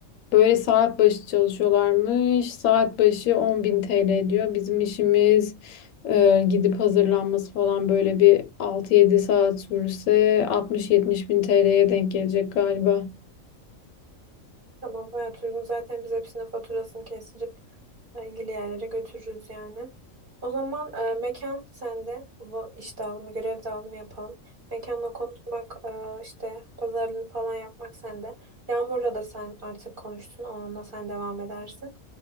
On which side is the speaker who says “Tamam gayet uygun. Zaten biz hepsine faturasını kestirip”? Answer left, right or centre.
Right